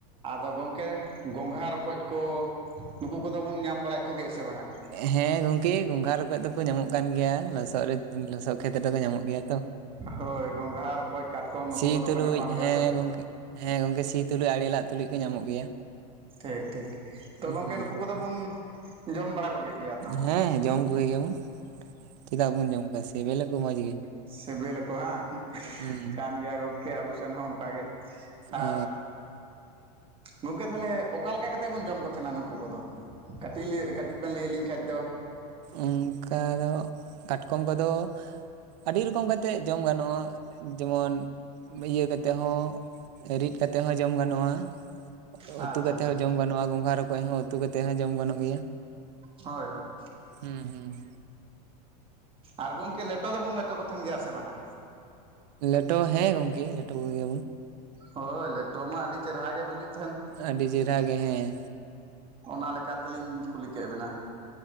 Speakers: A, on the right; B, on the right.
A: ᱟᱫᱚ ᱜᱚᱢᱠᱮ ᱜᱚᱝᱜᱷᱟᱹ ᱨᱚᱠᱚᱡ ᱠᱚ ᱱᱩᱠᱩ ᱠᱚᱫᱚ ᱵᱚᱱ ᱧᱟᱢ ᱵᱟᱲᱟᱭᱮᱫ ᱠᱚᱜᱮᱭᱟ ᱥᱮ ᱵᱟᱝᱟ?
B: ᱦᱮᱸ ᱜᱚᱝᱠᱮ ᱜᱚᱝᱜᱷᱟᱹ ᱨᱚᱠᱚᱡ ᱫᱚᱠᱚ ᱧᱟᱢᱚᱜ ᱠᱟᱱ ᱜᱮᱭᱟ᱾ ᱞᱚᱥᱚᱫ ᱨᱮ ᱞᱚᱥᱚᱫ ᱠᱷᱮᱛ ᱨᱮᱫᱚᱠᱚ ᱧᱟᱢᱚᱜ ᱜᱮᱭᱟ ᱛᱚ᱾
A: ᱦᱳᱭ ᱜᱚᱝᱜᱷᱟ, ᱨᱚᱠᱚᱡ, ᱠᱟᱴᱠᱚᱢ ᱱᱩᱠᱩ
B: ᱥᱤ
A: ᱠᱚᱫᱚ
B: ᱛᱩᱞᱩᱡ
A: ᱠᱚ ᱧᱟᱯᱟᱢ ᱜᱮᱭᱟ
B: ᱦᱮᱸ
A: ᱥᱮ᱾
B: ᱜᱚᱝᱠᱮ ᱦᱮᱸ ᱜᱚᱝᱠᱮ ᱥᱤ ᱛᱩᱞᱩᱡ ᱟᱲᱮ ᱞᱟᱜ ᱛᱩᱞᱩᱡ ᱠᱚ ᱧᱟᱢᱚᱜ ᱜᱮᱭᱟ
A: ᱴᱷᱤᱠ ᱴᱷᱤᱠ ᱛᱚ
B: ᱦᱩᱸ
A: ᱜᱚᱝᱠᱮ ᱱᱩᱠᱩ ᱠᱚᱫᱚ ᱵᱚᱱ ᱡᱚᱢ ᱵᱟᱲᱟ ᱠᱚ ᱠᱮᱫ ᱜᱮᱭᱟ ᱛᱚ᱾
B: ᱦᱮᱸ <unintelligible> ᱜᱮᱭᱟᱵᱚᱱ ᱪᱮᱫᱟᱜ ᱵᱚᱱ ᱡᱚᱢ ᱠᱚᱣᱟ ᱥᱮᱵᱮᱞ ᱟᱠᱚ ᱢᱚᱸᱡᱽ ᱜᱮ᱾
A: ᱥᱨᱵᱤᱞ ᱟᱠᱚ ᱦᱟᱸᱝ
B: ᱦᱩᱸ
A: ᱠᱟᱱ ᱜᱮᱭᱟ ᱜᱚᱢᱠᱮ ᱟᱵᱚ ᱥᱮᱱ ᱦᱚᱸ ᱚᱝᱠᱟᱜᱮ
B: ᱚ
A: ᱟᱨ ᱜᱚᱝᱠᱮ ᱛᱟᱦᱚᱞᱮ ᱚᱠᱟ ᱞᱮᱠᱟ ᱠᱟᱛᱮᱫ ᱵᱚᱱ ᱡᱚᱢ ᱠᱚ᱾ ᱛᱟᱦᱮᱱᱟ ᱱᱩᱠᱩ ᱠᱚᱫᱚ ᱠᱟᱹᱴᱤᱡ ᱞᱮ ᱠᱟᱹᱴᱤᱡ ᱵᱮᱱ ᱞᱟᱹᱭ ᱟᱹᱞᱤᱧ ᱠᱷᱟᱡ ᱫᱚ
B: ᱚᱝᱠᱟ ᱫᱚ ᱠᱟᱴᱠᱚᱢ ᱠᱚᱫᱚ ᱟᱹᱰᱤ ᱨᱚᱠᱚᱢ ᱠᱟᱛᱮᱫ ᱡᱚᱢ ᱜᱟᱱᱚᱜᱼᱟ᱾ ᱡᱮᱢᱚᱱ ᱤᱭᱟᱹ ᱠᱟᱛᱮᱫ ᱦᱚᱸ, ᱨᱤᱫ ᱠᱟᱛᱮ ᱠᱟᱛᱮ ᱦᱚᱸ ᱡᱚᱢ ᱜᱟᱱᱚᱜᱼᱟ᱾
A: ᱟᱪᱪᱷᱟ
B: ᱩᱛᱩ ᱠᱟᱛᱮ
A: ᱟᱪᱪᱷᱟ
B: ᱦᱚᱸ ᱡᱚᱢ ᱜᱟᱱᱚᱜᱼᱟ᱾ ᱜᱚᱝᱜᱷᱟ, ᱨᱚᱠᱚᱡ ᱦᱚᱸ ᱩᱛᱩ ᱠᱟᱛᱮ ᱦᱚᱸ ᱡᱚᱢ ᱜᱟᱱᱚᱜ ᱜᱮᱭᱟ᱾
A: ᱦᱳᱭ ᱦᱳᱭ᱾
B: ᱦᱩᱸ ᱦᱩᱸ᱾
A: ᱟᱨ ᱜᱚᱝᱠᱮ ᱞᱮᱴᱚ ᱫᱚᱵᱚᱱ ᱞᱮᱴᱚ ᱠᱚ ᱛᱟᱦᱮᱱ ᱜᱮᱭᱟ ᱥᱮ ᱵᱟᱝᱼᱟ?
B: ᱞᱮᱴᱚ ᱦᱮᱸ ᱜᱚᱝᱠᱮ ᱞᱮᱴᱚ ᱠᱚ ᱜᱮᱭᱟ ᱵᱚᱱ᱾
A: ᱦᱳᱭ, ᱞᱮᱴᱚ ᱢᱟ ᱟᱹᱰᱤ ᱪᱮᱦᱮᱨᱟ ᱜᱮ ᱵᱩᱡᱷᱟᱹᱣ
B: ᱟᱹᱰᱤ ᱪᱮᱦᱨᱟ ᱜᱮ ᱦᱮᱸ᱾
A: ᱚᱱᱟ ᱞᱮᱠᱟ ᱛᱮᱞᱤᱧ ᱠᱩᱞᱤ ᱠᱮᱜ ᱵᱤᱱᱟ᱾